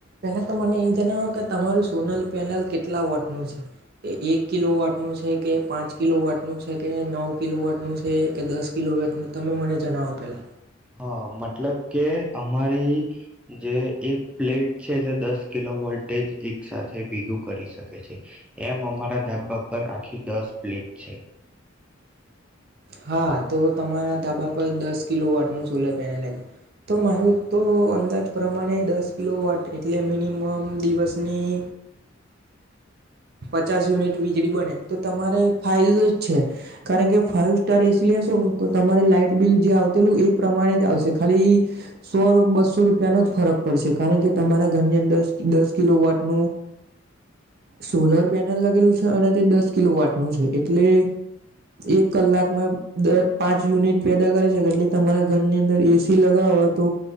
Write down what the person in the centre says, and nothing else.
હ, મતલબ કે અમારી જે એક પ્લેટ છે જે દસ કિલો વોલ્ટેજ એક સાથે ભેગું કરી શકે છે એમ અમારા ધાબા પર આખી દસ પ્લેટ છે